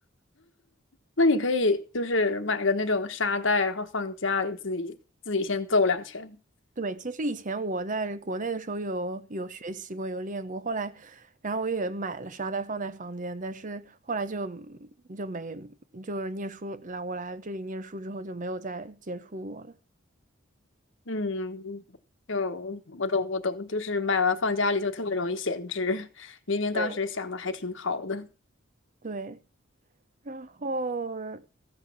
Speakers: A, on the left (about 65°); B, on the right (about 40°).
A: 那你可以就是买个那种沙袋，然后放家里自己自己先揍两拳。
B: 对，其实以前我在国内的时候有有学习过，有练过，后来，然后我也买了沙袋放在房间，但是后来就就没就是念书来我来这里念书之后就没有再接触过了。
A: 嗯，就我懂，我懂，就是买完放家里就特别容易闲置，明明当时想的还挺好的。
B: 对。对。然后